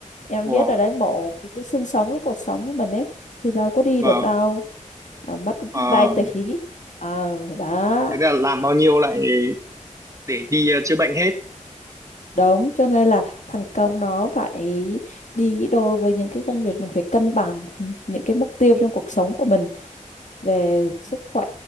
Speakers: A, on the left; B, on the right.
A: em
B: vâng
A: biết ở đấy mổ cái, cái xương sống cái cột sống của mình ấy thì đâu có đi
B: vâng
A: được đâu à, mất
B: Ờ,
A: vài tỷ ờ đó
B: thế là làm bao nhiêu lại để đi ờ, chữa bệnh hết
A: đúng cho nên là thành công nó phải đi đôi với những cái công việc mình phải cân bằng những cái mục tiêu trong cuộc sống của mình về sức khỏe